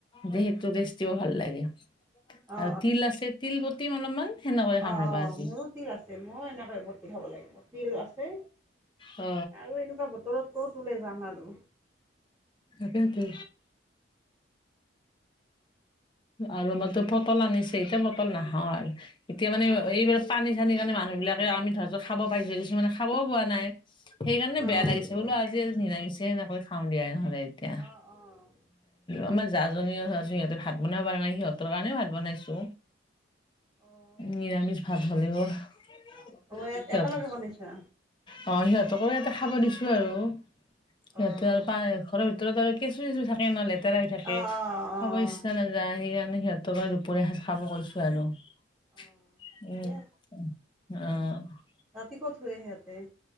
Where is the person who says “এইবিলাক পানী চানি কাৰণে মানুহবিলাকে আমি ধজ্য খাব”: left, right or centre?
Left